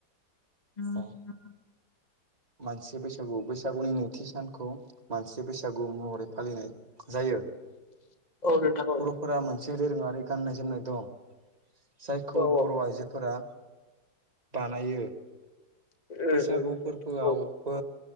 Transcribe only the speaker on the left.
<inaudible>
औ नोंथां औ
औ औ
उम
उम
औ